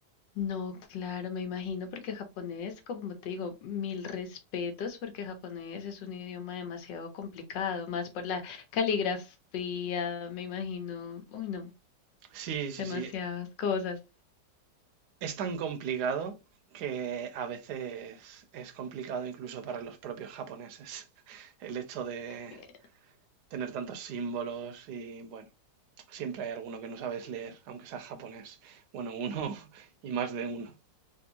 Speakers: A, on the left; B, on the right.
A: No, claro, me imagino porque japonés, como te digo, mil respetos porque japonés es un idioma demasiado complicado, más por la caligrafía, me imagino, uy no,
B: Sí, sí,
A: demasiadas
B: sí.
A: cosas.
B: Es tan complicado que a veces es complicado incluso para los propios japoneses <laughs> el hecho de
A: Eh,
B: tener tantos símbolos y bueno, siempre hay alguno que no sabes leer, aunque sea japonés. Bueno, uno <laughs> y más de uno.